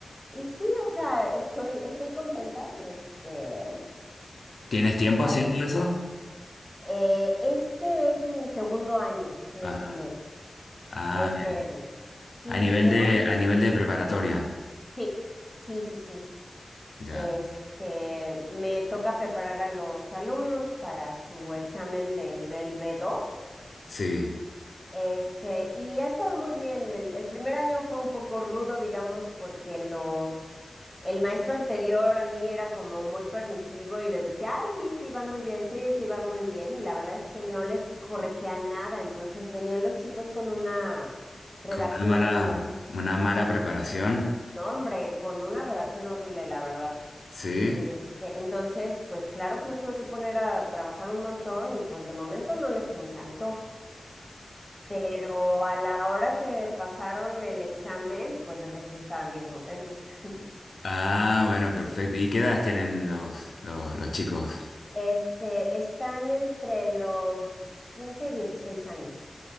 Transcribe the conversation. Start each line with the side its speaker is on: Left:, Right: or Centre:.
Centre: y sí, o sea, estoy, estoy contenta. Este,
Left: ¿Tienes tiempo
Centre: a
Left: haciendo
Centre: ver,
Left: eso?
Centre: eh, este es mi segundo año que estoy
Left: Ajá,
Centre: haciendo esto.
Left: ah,
Centre: Este,
Left: bien.
Centre: sí,
Left: a nivel
Centre: en
Left: de,
Centre: un,
Left: a nivel de preparatoria,
Centre: sí, sí, sí, sí.
Left: ya,
Centre: Este, me toca preparar a los alumnos para su examen de nivel b dos
Left: sí,
Centre: Este, y ha estado muy bien. El, el primer año fue un poco rudo, digamos, porque los, el maestro anterior a mí era como muy permisivo y les decía, ay, sí, sí, van muy bien, sí, sí, van muy bien. Y la verdad es que no les corregía nada. Entonces venían los chicos con una redacción,
Left: con una mala, una mala
Centre: no,
Left: preparación.
Centre: hombre, con una redacción horrible, la verdad.
Left: Sí.
Centre: Este, entonces, pues claro que los tuve que poner a trabajar un montón y pues de momento no les encantó pero a la hora que pasaron el examen, pues entonces sí estaban bien contentos. <laughs>
Left: Ah, bueno, perfecto. ¿Y qué edades tienen los, los, los chicos?
Centre: Este, están entre los 15 y 16 años.